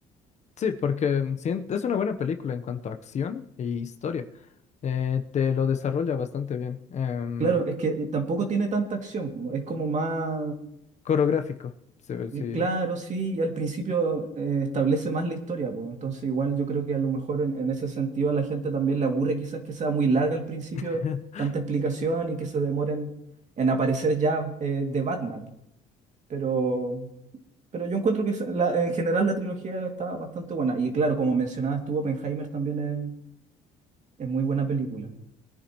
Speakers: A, on the left; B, on the right.
A: Sí, porque sien- es una buena película en cuanto a acción e historia. Eh, te lo desarrolla bastante bien. Em,
B: Claro, es que eh, tampoco tiene tanta acción, como- es como más,
A: coreográfico, se ve, sí.
B: eh, claro, sí, y al principio eh, establece más la historia, pues, entonces igual yo creo que a lo mejor en, en ese sentido a la gente también le aburre quizás que sea muy larga al principio,
A: <laughs>
B: tanta explicación y que se demoren en aparecer ya eh, de Batman, pero... Pero yo encuentro que la- en general la trilogía está bastante buena. Y claro, como mencionabas tú, Oppenheimer también es, es muy buena película.